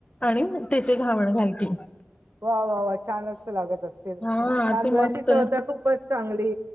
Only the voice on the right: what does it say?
वां वां वां छानच लागत असतील
तांदळाची
चवतर खूपच चांगली